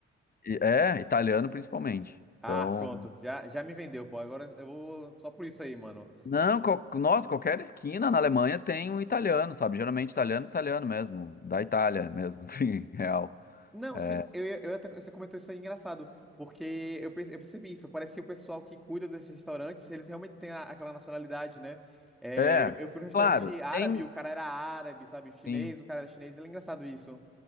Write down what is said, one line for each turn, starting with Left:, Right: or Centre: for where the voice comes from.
Left: E, é, italiano principalmente. Então,
Centre: Ah, pronto, já, já me vendeu, pô. Agora eu vou só por isso aí, mano.
Left: não, qual, nossa, qualquer esquina na Alemanha tem um italiano, sabe? Geralmente italiano, italiano mesmo, da Itália mesmo, <laughs> sim, real.
Centre: Não,
Left: É,
Centre: sim, eu, ia- eu, até, você comentou isso aí engraçado, porque eu, perce- eu percebi isso. Parece que o pessoal que cuida desses restaurantes, eles realmente têm a- aquela nacionalidade, né? É,
Left: é,
Centre: eu eu fui num restaurante
Left: claro,
Centre: árabe,
Left: tem.
Centre: o cara era árabe, sabe? Chinês,
Left: Sim.
Centre: o cara era chinês, ele é engraçado isso.